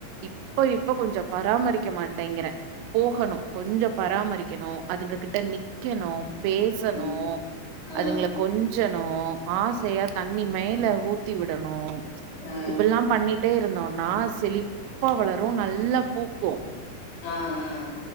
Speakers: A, on the right; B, on the left.
A: இப்போ இப்போ கொஞ்சோ பராமரிக்க மாட்டேங்றே போகணு கொஞ்சோ பராமரிக்கணு அதுங்க கிட்ட நிக்கணு பேசணு
B: ம். ஆ
A: அதுங்கள கொஞ்சணு ஆசையா தண்ணி மேய்ல ஊத் த்தி விடணு
B: ஆ
A: இப்பெல்லா பண்ணிட்டே இருந்தோ நா செழிப்பா வளரு நல்லா பூக்கு
B: ஆ ஆ